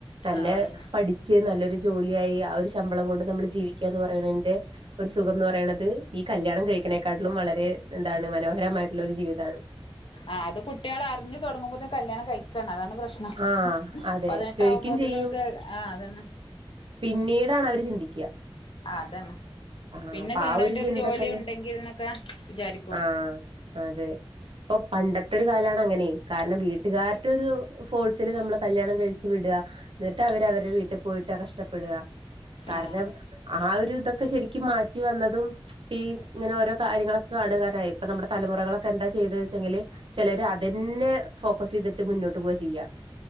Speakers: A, on the right; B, on the left.
A: നല്ല
B: ആഹ് അതന്നെ
A: പഠിച്ച് നല്ലൊരു ജോലിയായി ആ ഒരു ശമ്പളം കൊണ്ട് നമ്മൾ ജീവിക്കാന്ന് പറയ്ണതിന്റെ ഒരു സുഖംന്ന് പറയണത് ഈ കല്യാണം കഴിക്കണേക്കാട്ടിലും വളരെ എന്താണ് മനോഹരമായിട്ടുള്ള ഒരു ജീവിതാണ്
B: ആഹ് അത് കുട്ടികൾ അറിഞ്ഞു തുടങ്ങുമ്പത്തേക്കും കല്യാണം കഴി ക്കാണ് അതാണ് പ്രശ്നം
A: ആഹ് അതെ
B: പതിനെട്ട്
A: കഴിക്കും
B: ആവുമ്പത്തേനും
A: ചെയ്യും
B: ഓൽക്ക് ആഹ് അതന്നെ
A: പിന്നീടാണ് അവര് ചിന്തിക്ക
B: അതാണ്
A: ആഹ്
B: പിന്നെ
A: അപ്പൊ
B: സ്വന്തായിട്ടൊരു
A: ആ ഒരു ചിന്തക്കന്ന്
B: ജോലി ഉണ്ടെങ്കിൽ എന്നൊക്കെ വിചാരിക്കും
A: ആഹ് അതെ ഇപ്പൊ പണ്ടത്തൊരു കാലാണ് അങ്ങനെ കാരണം വീട്ടുകാർ ട്ടൊരു ഫോഴ്സിൽ നമ്മളെ കല്യാണം കഴിച്ചു വിടുക എന്നിട്ട് അവര് അവരുടെ വീട്ടിൽ പോയിട്ട് കഷ്ടപ്പെട്ക കാരണം
B: ആഹ്
A: ആ ഒരു ഇതൊക്കെ ശരിക്കും മാറ്റി വന്നതും ഇപ്പ ഈ ഇങ്ങനെ ഓരോ കാര്യങ്ങളൊക്കെ കാണുകാനായി ഇപ്പൊ നമ്മുടെ തലമുറകളൊക്കെ എന്താ ചെയ്തത് വെച്ചെങ്കില് ചിലര് അതെന്നെ ഫോക്കസ് ചെയ്തിട്ട് മുന്നോട്ട് പോവാ ചെയ്യാ